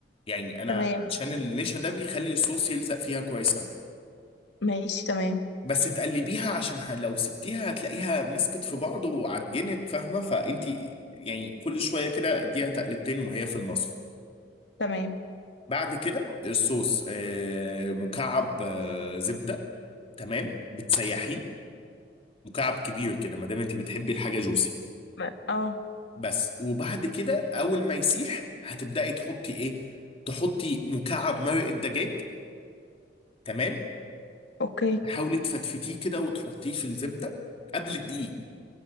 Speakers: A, on the left (about 35°); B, on the left (about 80°).
A: يعني
B: <laughs>
A: انا
B: تمام
A: عشان النشا ده بيخلي الصوص يلزق فيها كويس قوي
B: ماشي تمام
A: بس تقلبيها عشان ه- لو سبتيها هتلاقيها مسكت في بعض وعجنت فاهمه فانت يعني كل شويه كده اديها تقلبتين وهي في المصفى
B: تمام
A: بعد كده الصوص آه، مكعب آه، زبدة تمام بتسيحيه مكعب كبير كده ما دام انت بتحبي الحاجة جوسي
B: ما- اه
A: بس وبعد كده اول ما يسيح هتبدأي تحطي ايه تحطي مكعب مرق الدجاج تمام
B: اوكي
A: تحاولي تفتفتيه كده وتحطيه في الزبدة قبل الدقيق